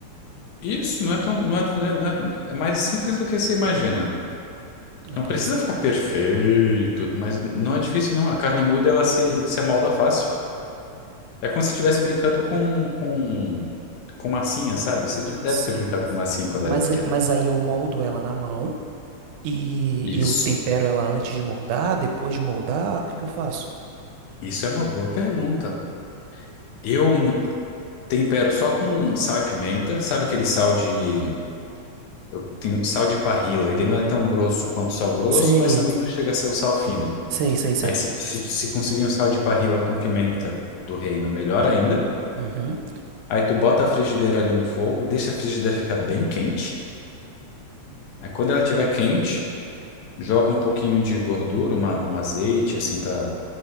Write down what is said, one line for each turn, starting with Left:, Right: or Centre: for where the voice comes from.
Left: isso não é tão, não é, não é, não é é mais simples do que você imagina.
Right: né,
Left: Não
Right: Parece.
Left: precisa ficar perfeito, mas não é difícil não, a carne moída ela se se amolda fácil. É como se estivesse brincando com, com, com massinha, sabe? Você de- deve
Right: Sim.
Left: ter brincado com massinha quando
Right: Mas,
Left: era pequeno.
Right: mas aí eu moldo ela na mão e,
Left: Isso.
Right: e eu tempero ela antes de moldar, depois de moldar, o que que eu faço?
Left: Isso é uma boa pergunta. Eu m- tempero só com sal e pimenta. Sabe aquele sal de. Eu tenho sal de parrila. Ele não é tão grosso quanto sal grosso,
Right: Sei.
Left: mas também não chega a ser um sal fino.
Right: Sei, sei, sei.
Left: Aí se, se, se conseguir um sal de parrila com pimenta do reino, melhor ainda.
Right: Uhum.
Left: Aí tu bota a frigideira ali no fogo, deixa a frigideira ficar bem quente. Aí quando ela estiver quente. Joga um pouquinho de gordura, uma, um azeite, assim, pra,